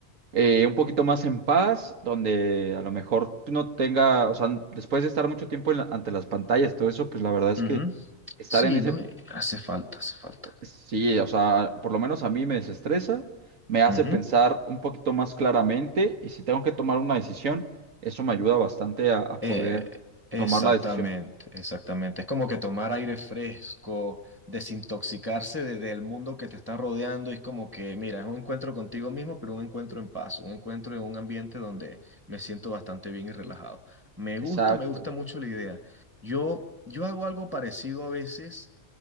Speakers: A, on the right; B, on the right.
A: eh, un poquito más en paz, donde a lo mejor no tenga, o sea, después de estar mucho tiempo en la- ante las pantallas, todo eso, pues la verdad es
B: Ujú.
A: que estar
B: Sí,
A: en ese,
B: ¿no? Eh, Hace falta, hace falta.
A: sí, o sea, por lo menos a mí me desestresa, me hace
B: Ujú.
A: pensar un poquito más claramente y si tengo que tomar una decisión, eso me ayuda bastante a, a
B: Eh,
A: poder
B: exactamente,
A: tomar la decisión.
B: exactamente. Es como que tomar aire fresco, desintoxicarse de- del mundo que te está rodeando. Es como que, mira, es un encuentro contigo mismo, pero un encuentro en paz, un encuentro en un ambiente donde me siento bastante bien y relajado. Me
A: Exacto.
B: gusta, me gusta mucho la idea. Yo, yo hago algo parecido a veces.